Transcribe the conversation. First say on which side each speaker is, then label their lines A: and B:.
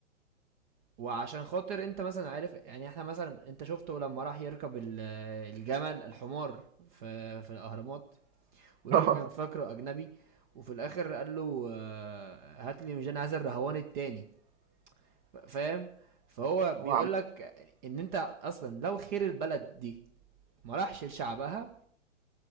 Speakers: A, on the right; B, on the right.
A: وعشان خاطر انت مثلا عارف يعني احنا مثلا انت شفته لما راح يركب ال- الجمل الحمار في في الاهرامات والراجل
B: <laughs>
A: كان فاكره اجنبي وفي الاخر قال له آه، هات لي مش انا عايز الرهوان التاني ف- فاهم فهو بيقول
B: هو عم
A: لك ان انت اصلا لو خير البلد دي ما راحش لشعبها